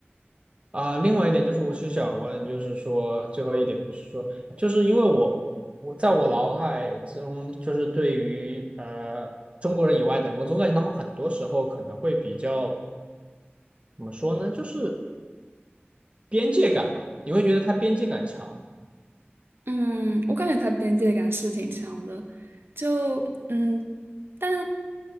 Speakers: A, on the right; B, on the right.
A: 啊，另外一点就是，我是想问，就是说最后一点就是说，就是因为我我在我脑海中，就是对于呃中国人以外的人，我总感觉他们很多时候可能会比较怎么说呢，就是边界感吧。你会觉得他边界感强吗
B: 嗯，我感觉他边界感是挺强的，就嗯，但